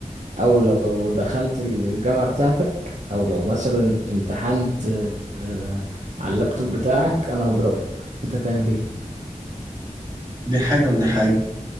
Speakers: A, on the right (about 60°); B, on the right (about 30°).
A: او لو دخلت الجامعة بتاعتك او لو مثلا امتحنت آه، على اللابتوب بتاعك انا هضربك انت هتعمل ايه
B: دي حاجه ودي حاجه